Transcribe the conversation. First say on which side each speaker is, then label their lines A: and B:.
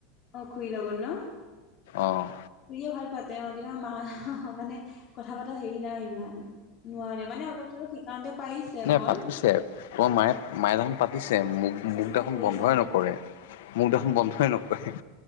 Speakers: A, on the left; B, on the left.
A: অ, খুৰী লগত ন'
B: অ'
A: খুৰীয়ে ভাল পাতে অ, কিন্তু আমাৰ মা মানে কথা পতা হেৰি নাই ইমান নোৱাৰে মানে অলপ চলপ শিকাওঁটে পাৰিছে
B: নাই
A: মই
B: পাতিছে তোমাৰ মায়ে মায়ে দেখোন পাতিছে মুখ
A: চেষ্টা
B: মুখ দেখোন
A: কৰিছে
B: বন্ধই
A: আৰু
B: নকৰে। মুখ দেখোন বন্ধই নকৰে।